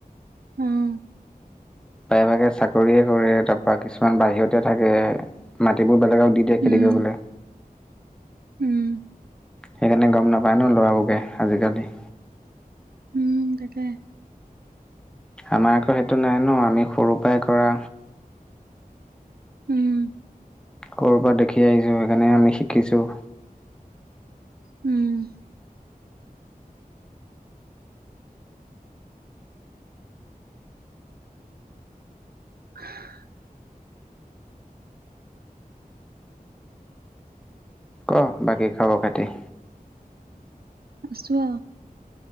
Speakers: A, on the right (about 85°); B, in the centre.
A: উম।
B: প্ৰায় ভাগে চাকৰিয়ে কৰে তাৰ পৰা কিছুমান বাহিৰতে থাকে মাটিবোৰ বেলেগক দি দিয়ে খেতি
A: উম
B: কৰিবলে।
A: উম।
B: সেইকাৰণে গম নাপায় ন ল'ৰাবোকে আজিকালি।
A: উম, তাকে।
B: আমাৰ আকৌ সেইটো নাই ন, আমি সৰু পৰাই কৰা।
A: উম।
B: সৰুৰ পৰা দেখি আহিছোঁ, সেইকাৰণে আমি শিকিছোঁ।
A: উম। <unintelligible>
B: ক, বাকী খবৰ খাতি।
A: আছোঁ।